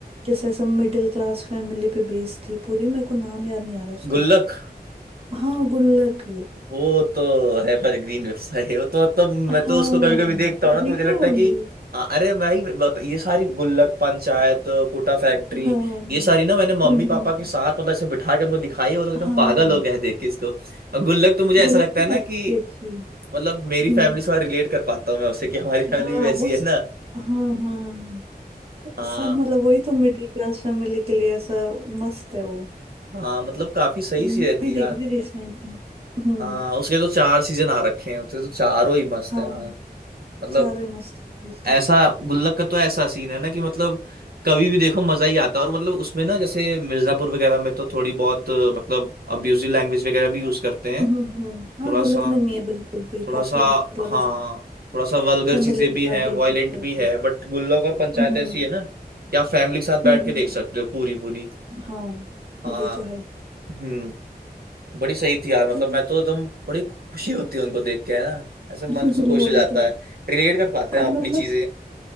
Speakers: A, on the right (about 35°); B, on the right (about 65°).
A: जैसे ऐसा मिडिल क्लास फैमिली पे बेस्ड थी पूरी मेरे को नाम याद नहीं आ रहा उसका
B: गुल्लक
A: हाँ गुल्लक
B: वो तो है पर ग्रीन वेबसाइट है वो तो मतलब
A: हाँ
B: मैं तो उसको कभी कभी देखता हूँ ना तो
A: देखिए
B: मुझे लगता
A: आपने
B: है कि हाँ, अरे भाई बता ये सारी गुल्लक पंचायत कोटा फैक्ट्री
A: हाँ हम्म
B: ये सारी ना मैंने मम्मी
A: हम्म,
B: पापा
A: हम्म।
B: के साथ मतलब ऐसे बिठा के उनको दिखाई है वो लोग एकदम
A: हाँ
B: पागल हो गए हैं देख के इसको और गुल्लक तो मुझे ऐसा
A: गुल्लक
B: लगता
A: भी
B: है ना
A: काफी
B: कि
A: अच्छी है
B: मतलब मेरी
A: हम्म
B: फैमिली से थोड़ा रिलेट कर पाता हूँ मैं उससे कि हमारी फैमिली
A: हाँ
B: भी वैसी
A: वो
B: है
A: स-
B: ना
A: हाँ हाँ
B: हाँ
A: सब मतलब वही तो मिडिल क्लास फैमिली के लिए ऐसा मस्त है वो
B: हाँ मतलब काफी सही
A: मैंने
B: सी रहती
A: भी
B: है
A: देखी
B: यार
A: थी रिसेंट में हम्म
B: हाँ उसके तो चार सीजन आ रखे हैं उसके तो चारों ही मस्त
A: हाँ
B: है यार मतलब
A: चारों ही मस्त है उसकी
B: ऐसा गुल्लक का तो ऐसा सीन है ना कि मतलब कभी भी देखो मजा ही आता है और मतलब उसमें ना जैसे मिर्जापुर वगैरह में तो थोड़ी बहुत अ, मतलब अब्यूजिव लैंग्वेज वगैरह भी यूज करते हैं
A: हम्म हम्म, हम्म। हाँ
B: थोड़ा
A: गुल्लक
B: सा
A: में नहीं है बिल्कुल भी
B: थोड़ा
A: काफी
B: सा
A: मतलब
B: हाँ
A: ऐसा
B: थोड़ा सा वल्गर
A: फैमिली
B: चीजें
A: के
B: भी
A: साथ
B: हैं
A: देख
B: वायलेंट
A: सकते हो
B: भी है बट गुल्लक और पंचायत
A: हम्म हम्म
B: ऐसी है ना कि आप फैमिली के साथ बैठ
A: हम्म, हम्म।
B: के देख सकते हो पूरी पूरी
A: हाँ
B: हाँ
A: ये तो
B: हम्म बड़ी सही थी यार मतलब
A: है
B: मैं तो एकदम बड़ी खुशी होती है उनको देख के है ना ऐसे मन
A: <laughs>
B: से खुश
A: वही
B: हो जाता
A: तो
B: है रिलेट कर पाते हैं
A: और
B: हम अपनी
A: मतलब
B: चीजें